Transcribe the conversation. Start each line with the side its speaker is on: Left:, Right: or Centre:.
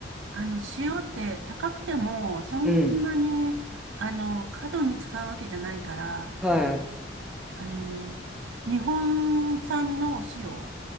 Right: あの、塩って高くても、そんなに、
Centre: <laughs> うん。
Right: あの、過度に使うわけじゃないから、
Centre: はい。
Right: あの、日本産のお塩、